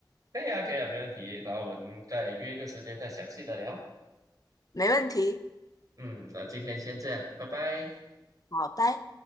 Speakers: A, on the right; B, on the left.
A: 可以啊，可以啊，没问题。然后我们再约一个时间再详细的聊。
B: 没问题，
A: 嗯，那今天先这样，拜拜。
B: 好，拜。